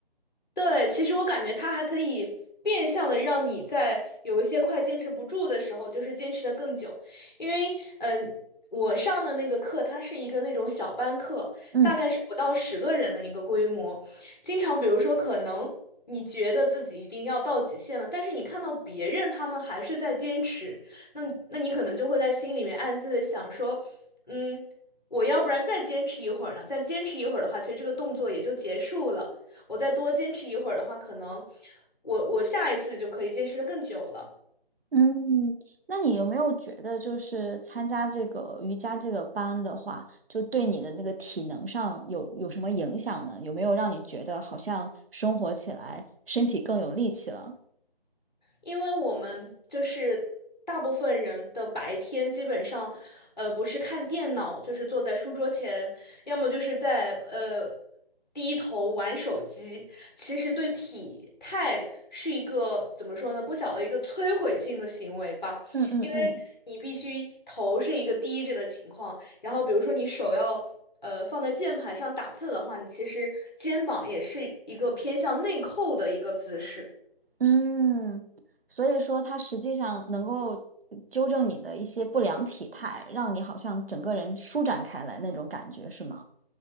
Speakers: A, on the left; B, on the right.
A: 对，其实我感觉它还可以变相的让你在有一些快坚持不住的时候，就是坚持的更久。因为，嗯、我上的那个课，它是一个那种小班课，
B: 嗯。
A: 大概是不到十个人的一个规模。经常，比如说，可能你觉得自己已经要到极限了，但是你看到别人他们还是在坚持，那那你可能就会在心里面暗自的想说，嗯。我要不然再坚持一会儿呢？再坚持一会儿的话，其实这个动作也就结束了。我再多坚持一会儿的话，可能我我下一次就可以坚持的更久了。
B: 嗯，那你有没有觉得，就是参加这个瑜伽这个班的话，就对你的那个体能上有有什么影响呢？有没有让你觉得好像生活起来身体更有力气了？
A: 因为我们就是大部分人的白天基本上，呃，不是看电脑，就是坐在书桌前，要么就是在呃低头玩手机。其实对体态是一个怎么说呢，不小的一个摧毁性的行为吧，
B: 嗯嗯嗯
A: 因为你必须头是一个低着的情况，然后比如说你手要。呃，放在键盘上打字的话，你其实肩膀也是一个偏向内扣的一个姿势。
B: 嗯，所以说它实际上能够纠正你的一些不良体态，让你好像整个人舒展开来那种感觉，是吗？